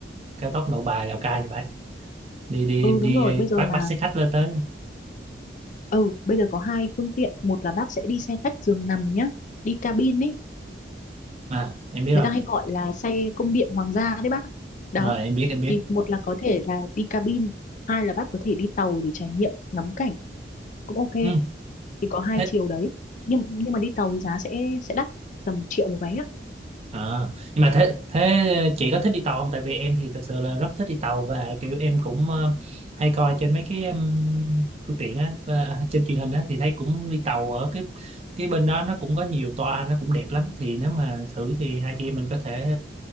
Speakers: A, on the right (about 35°); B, on the left (about 45°).
A: cao tốc Nội Bài Lào Cai như vậy đi đi
B: ừ đúng
A: đi
B: rồi bây giờ
A: bắt
B: là
A: bắt xe khách lên tới
B: ừ bây giờ có hai phương tiện một là bác sẽ đi xe khách giường nằm nhá đi cabin ấy
A: à em biết
B: người
A: rồi
B: ta hay gọi là xe cung điện hoàng gia đấy bác đó
A: rồi em biết em biết
B: thì một là có thể là đi cabin hai là bác có thể đi tàu để trải nghiệm ngắm cảnh cũng ok
A: ừ,
B: thì có hai
A: thích
B: chiều đấy nhưng nhưng mà đi tàu thì giá sẽ sẽ đắt tầm triệu một vé ạ
A: Ờ, nhưng mà thế thế chị có thích đi tàu không tại vì em thì thật sự là rất thích đi tàu và kiểu em cũng ờ, hay coi trên mấy cái ừm, phương tiện á ờ, trên truyền hình á thì thấy cũng đi tàu ở cái cái bên đó nó cũng có nhiều toa nó cũng đẹp lắm thì nếu mà thử thì hai chị em mình có thể